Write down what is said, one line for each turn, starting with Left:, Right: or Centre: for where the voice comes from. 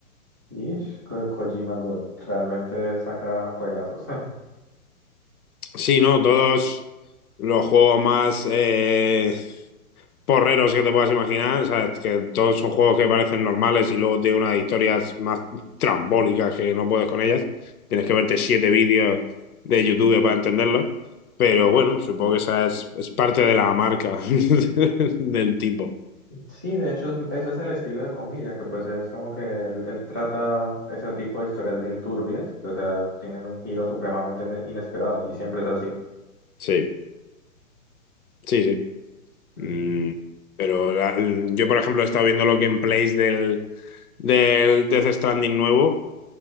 Right: Y Kojima God realmente saca juegazos. <laughs>
Left: Sí, ¿no? Todos los juegos más, eh, porreros que te puedas imaginar, ¿sabes? Que todos son juegos que parecen normales y luego tiene unas historias más trambólicas que no puedes con ellas. Tienes que verte siete vídeos de YouTube para entenderlo. Pero bueno, supongo que esa es, es parte de la marca <laughs> del tipo.
Right: Sí, de hecho, es- eso es el estilo de Comilla, que pues es como que él, él trata ese tipo de historias bien turbias, que, o sea, tienen un giro supremamente ine- inesperado y siempre es así.
Left: Sí, sí, sí.
Right: Ujú.
Left: Mm, pero la- yo, por ejemplo, he estado viendo los gameplays del, del Death Stranding nuevo